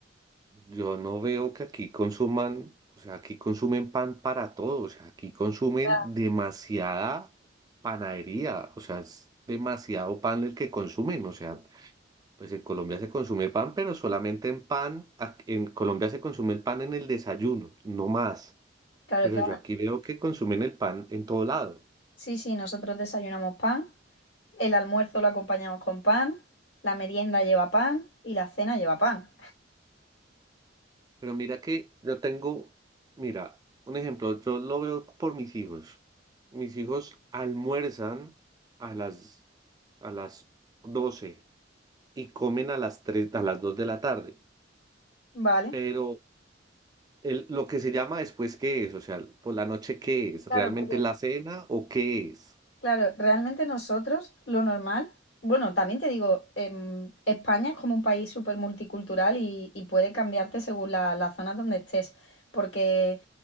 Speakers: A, on the right; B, on the left.
A: yo no veo que aquí consuman, o sea, aquí consumen pan para todo, o sea, aquí consumen
B: <laughs>
A: demasiada panadería, o sea, es demasiado pan el que consumen, o sea, pues en Colombia se consume pan, pero solamente en pan, ac- en Colombia se consume el pan en el desayuno, no más,
B: Claro,
A: pero
B: claro.
A: yo aquí veo que consumen el pan en todo lado.
B: Sí, sí, nosotros desayunamos pan, el almuerzo lo acompañamos con pan, la merienda lleva pan y la cena lleva pan.
A: Pero mira que yo tengo, mira, un ejemplo, yo lo veo por mis hijos. Mis hijos almuerzan a las, a las 12 y comen a las 3 a las 2 de la tarde.
B: Vale.
A: Pero el- lo que se llama después, ¿qué es? O sea, por la noche, ¿qué es?
B: Claro,
A: ¿Realmente
B: porque
A: la cena o qué es?
B: Claro, realmente nosotros lo normal, bueno, también te digo, em, España es como un país súper multicultural y, y puede cambiarte según la, las zonas donde estés, porque